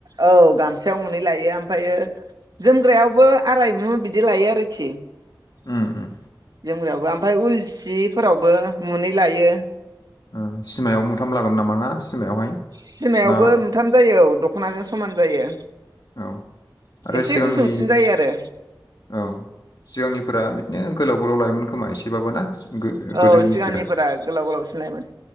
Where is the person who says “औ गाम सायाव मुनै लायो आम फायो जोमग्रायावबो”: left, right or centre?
Right